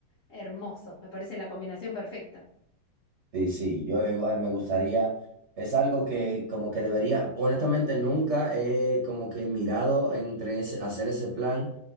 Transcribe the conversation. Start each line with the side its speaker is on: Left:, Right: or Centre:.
Left: hermoso. Me parece la combinación perfecta.
Right: Sí, sí, yo igual me gustaría, es algo que como que debería, honestamente nunca he como que mirado entre ese- hacer ese plan.